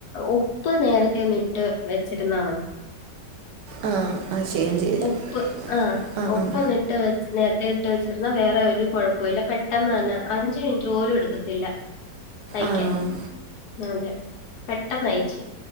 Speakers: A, on the left; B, on the right.
A: ഒപ്പ് നേരത്തെ ഒന്ന് ഇട്ട് വെച്ചിരുന്നാൽ മതി
B: ആ അത് ചെയ്യാം ചെയ്യാം
A: ഒപ്പ് ആഹ്
B: ആ
A: ഒപ്പ്
B: ആ
A: നി ട്ടവെച്ച് നേരത്തെ ഇട്ട് വച്ചിരുന്ന വേ റേ ഒരു കുഴപ്പോല്ല പെട്ടെന്ന് തന്നെ അഞ്ചു മിനിറ്റ് പോലും എടുക്കത്തില്ല അയക്കാൻ
B: ആണോ
A: ആഹ് അതെ പെട്ടെന്നയിച്ച്